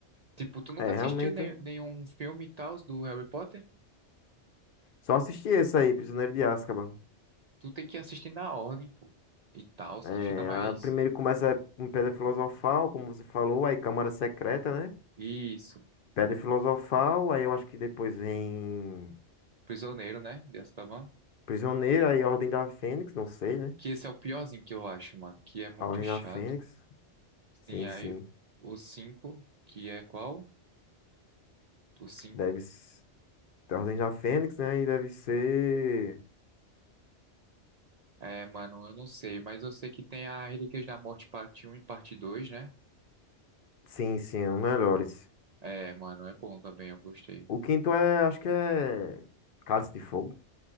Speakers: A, on the right; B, on the left.
A: Tipo, tu nunca
B: É,
A: assistiu
B: realmente.
A: nem- nenhum filme e tal do Harry Potter?
B: Só assisti esse aí, Prisioneiro de Azkaban.
A: Tu tem que assistir na ordem, pô. E tal, que
B: É,
A: fica mais.
B: a primeiro começa com Pedra Filosofal, como você falou, aí Câmara Secreta, né?
A: Isso.
B: Pedra Filosofal, aí eu acho que depois vem
A: Prisioneiro, né? De Azkaban.
B: Prisioneiro, aí Ordem da Fênix, não sei, né?
A: Que esse é o piorzinho que eu acho, mano. Que é muito
B: A Ordem
A: chato.
B: da Fênix.
A: Sim,
B: Sim,
A: aí
B: sim.
A: o 5 que é qual? O 5,
B: Deve ser a Ordem da Fênix, né? E deve ser.
A: É, mano, eu não sei, mas eu sei que tem a Relíquias da Morte parte um e parte 2, né?
B: Sim, sim, é um melhores.
A: É, mano, é bom também, eu gostei.
B: O quinto é, acho que é Cálice de Fogo.